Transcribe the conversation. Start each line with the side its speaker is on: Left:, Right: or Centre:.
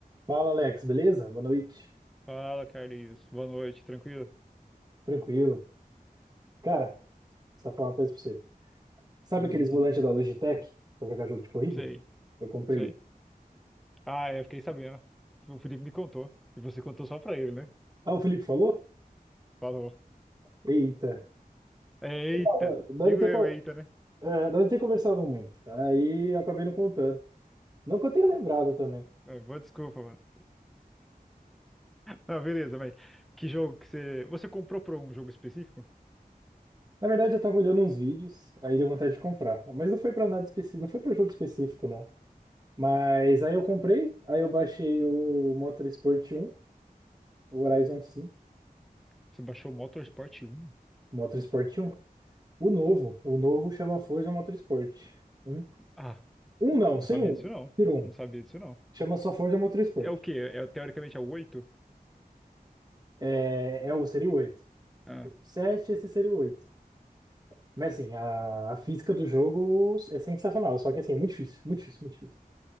Right: Fala, Alex, beleza? Boa noite.
Centre: Fala, Carlinhos. Boa noite, tranquilo?
Right: Tranquilo. Cara, só falar uma coisa pra você. Sabe
Centre: Hum,
Right: aqueles volantes da Logitech pra jogar jogo de corrida?
Centre: sei,
Right: Eu comprei
Centre: sei.
Right: um.
Centre: Ah, é, eu fiquei sabendo. O Felipe me contou. E você contou só pra ele, né?
Right: Ah, o Felipe falou?
Centre: Falou.
Right: Eita.
Centre: Eita!
Right: Ah, Nós
Centre: Digo
Right: não tem,
Centre: eu,
Right: co-
Centre: eita, né?
Right: é, nós não tem conversado muito. Aí eu acabei não contando. Não que eu tenha lembrado também.
Centre: Ah, Boa desculpa, mano. Ah, beleza, mas que jogo que você. Você comprou pra um jogo específico?
Right: Na verdade, eu tava olhando uns vídeos, aí deu vontade de comprar. Mas não foi pra nada específico, não foi pra jogo específico, não. Mas aí eu comprei, aí eu baixei o Motorsport 1, o Horizon 5,
Centre: Você baixou Motorsport um?
Right: Motorsport 1. O novo. O novo chama Forza Motorsport. Um,
Centre: Ah,
Right: um não,
Centre: não
Right: sem
Centre: sabia
Right: um.
Centre: disso não.
Right: Tira um.
Centre: Não sabia disso não.
Right: Chama só Forza Motorsport.
Centre: É o quê? É, teoricamente é o 8?
Right: É, é o seria o 8.
Centre: Ah,
Right: 7, esse seria o 8. Mas assim, a, a física do jogo é sensacional. Só que assim, é muito difícil. Muito difícil, muito difícil.